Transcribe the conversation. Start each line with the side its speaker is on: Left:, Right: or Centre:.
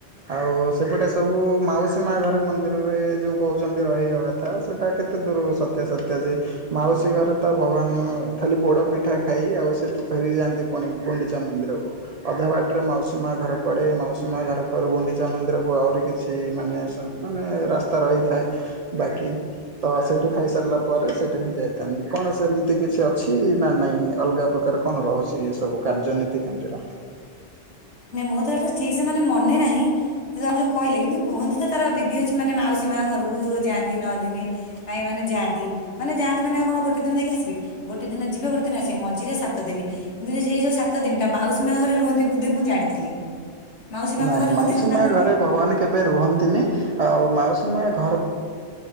Right: ଆଉ ସେପଟେ ସବୁ ମାଉସୀ ମା ଘରେ ମନ୍ଦିରରେ ଯୋଉ କହୁଛନ୍ତି ରହିବା କଥା ସେଇଟା କେତେ ଦୂର ସତ୍ୟା ସତ୍ୟା ଯେ। ମାଉସୀ ଘରେ ତ ଭଗବାନ ଖାଲି ପୋଡ ପିଠା ଖାଇ ଆଉ ସେଠୁ ଫେରିଯାଆନ୍ତି। ପୁଣି ଗୁଣ୍ଡିଚା ମନ୍ଦିରକୁ ଅଧା ବାଟରେ ମାଉସୀ ମା ଘର ପଡେ ମାଉସୀ ମା ଘର ପରେ ଗୁଣ୍ଡିଚା ମନ୍ଦିର ଆହୁରି କିଛି ମାନେ ସନ୍ ମାନେ ରାସ୍ତା ରହିଥାଏ ବାକି। ତ ସେଠୁ ଖାଇସାରିଲା ପରେ ସେଠୁ ହିଁ ଯାଇ କଣ ସେମିତି କିଛି ଅଛି ନା ନାଇଁ ଅଲଗା ପ୍ରକାର କଣ ରହୁଛି ଏ ସବୁ କାର୍ଯ୍ୟନୀତି କେମତୀ ରହନ୍ତି?
Left: ନାଇଁ ମୁଁ ତ ଏଟା ଠିକ ସେ ମାନେ ମନେ ନାହିଁ ସେ ଜଣେ ଯୋଉ କହିଲେ କିନ୍ତୁ କୁହନ୍ତି ତାର ବିଧି ଅଛି ମାନେ ମାଉସୀ ମା ଘରକୁ ଯାଆନ୍ତି ନ ଦିନି। ପାଇଁ ମାନେ ଯାଆନ୍ତି ମାନେ ଯାଆନ୍ତି ମାନେ କଣ ଗୋଟେ ଦିନ ଯାଇକି ଆସିବେ କି। ଗୋଟେ ଦିନ ଯିବେ ଗୋଟେ ଦିନ ଆସିବେ ମଝିରେ ସାତ ଦିନ କିନ୍ତୁ ସେଇ ଯୋଉ ସାତ ଦିନଟା ମାଉସୀ ମା ଘରେ ରୁହ ବୋଧେ ମୁଁ ଜାଣିଥିଲି। ମାଉସୀ ମାଙ୍କ
Right: ନାଇଁ
Left: ଘରେ ରୁହନ୍ତି
Right: ମାଉସୀ
Left: ତ ନା
Right: ମା
Left: କୋଉଠି
Right: ଘରେ ଭଗବାନ କେବେ ରୁହନ୍ତିନି ଆଉ ମାଉସୀ ମା ଘର